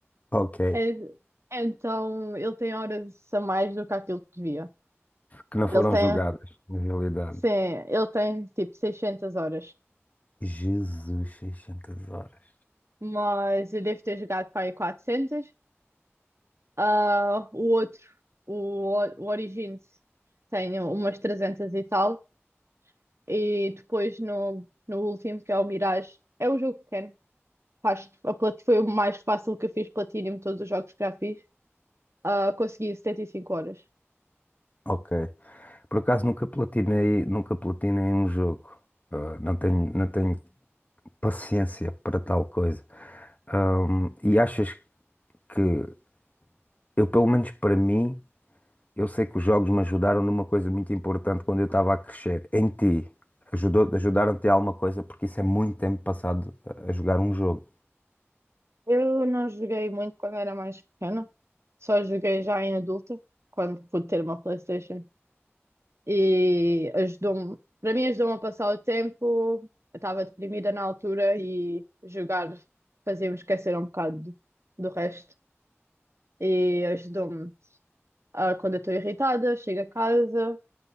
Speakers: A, on the left; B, on the right.
A: Ok.
B: En- Então, ele tem horas a mais do que aquilo que devia.
A: Que não
B: Ele
A: foram
B: tem,
A: jogadas, na realidade.
B: sim, ele tem tipo 600 horas,
A: Jesus, 600 horas.
B: mas eu devo ter jogado para aí 400. Ah, o outro, o, O- o Origins, tem umas 300 e tal. E depois no, no último, que é o Mirage, é o jogo pequeno. Faz, a plat- foi o mais fácil que eu fiz Platinum de todos os jogos que já fiz. Ah, consegui 75 horas.
A: Ok. Por acaso nunca platinei, nunca platinei um jogo. Ah, não tenho, não tenho paciência para tal coisa. Ahm, e achas que eu, pelo menos para mim, eu sei que os jogos me ajudaram numa coisa muito importante quando eu estava a crescer. Em ti, ajudou, ajudaram-te a alguma coisa? Porque isso é muito tempo passado a a jogar um jogo.
B: Eu não joguei muito quando era mais pequena, só joguei já em adulta, quando pude ter uma PlayStation. e ajudou-me, para mim ajudou-me a passar o tempo. Eu estava deprimida na altura e jogar fazia-me esquecer um bocado do, do resto. E ajudou-me a, quando eu estou irritada, chego a casa,